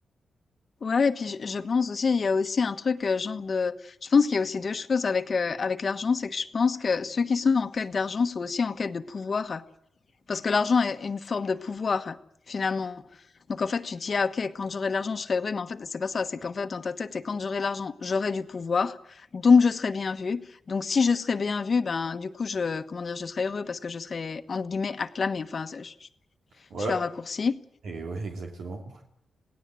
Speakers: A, on the left (about 45°); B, on the right (about 90°).
A: Ouais et puis je je pense aussi, il y a aussi un truc, heu, genre de je pense qu'il y a aussi 2 choses avec, heu, avec l'argent, c'est que je pense que ceux qui sont en quête d'argent sont aussi en quête de pouvoir. Parce que l'argent est une forme de pouvoir, finalement. Donc en fait, tu dis, ah ok, quand j'aurai de l'argent, je serai heureux, mais en fait, c'est pas ça. C'est qu'en fait, dans ta tête, c'est quand j'aurai de l'argent, j'aurai du pouvoir, donc je serai bien vu. Donc si je serai bien vu, ben du coup, je, comment dire, je serai heureux parce que je serai, entre guillemets, acclamé. Enfin, c'est- je,
B: Ouais,
A: je le raccourcis.
B: et ouais, exactement.